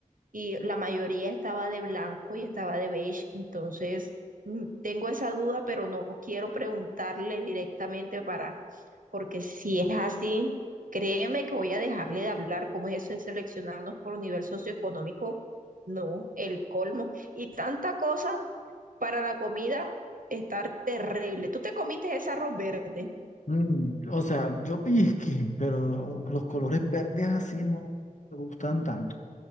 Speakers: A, on the right; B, on the left.
A: y la mayoría estaba de blanco y estaba de beige, entonces mm, tengo esa duda, pero no quiero preguntarle directamente para, porque si es así, créeme que voy a dejarle de hablar, ¿cómo es eso de seleccionarnos por nivel socioeconómico? No, el colmo. Y tanta cosa para la comida, estar terrible. ¿Tú te comiste ese arroz verde?
B: Mm, o sea, yo <laughs> pellizqué, pero los colores verdes así no me gustan tanto.